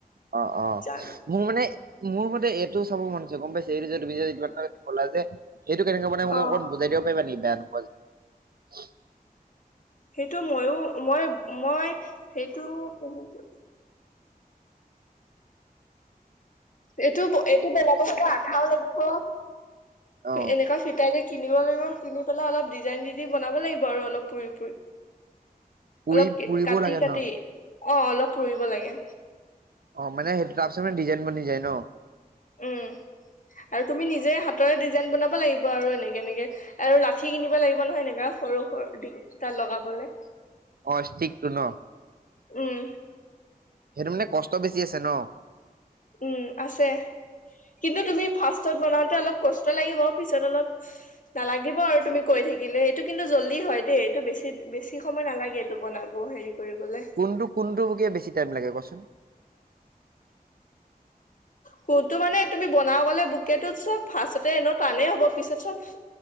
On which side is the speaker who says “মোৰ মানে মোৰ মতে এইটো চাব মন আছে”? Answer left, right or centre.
Right